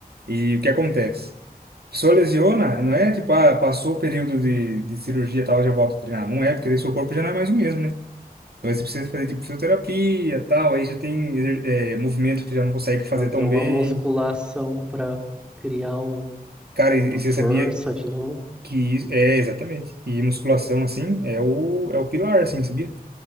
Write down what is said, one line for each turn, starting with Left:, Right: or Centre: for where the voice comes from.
Right: E o que acontece? A pessoa lesiona, não é tipo, ah, passou o período de, de cirurgia, tal, já volta a treinar. Não é, porque daí seu corpo já não é mais o mesmo, né? Então aí você precisa fazer tipo fisioterapia, e tal, aí já tem exer- é, movimento que já não consegue fazer
Centre: fazer
Right: tão
Centre: uma
Right: bem.
Centre: musculação pra criar um-
Right: Cara, e,
Centre: uma
Right: e você
Centre: força
Right: sabia
Centre: de novo.
Right: que isso, é exatamente. E musculação assim é o é o pilar assim, sabia?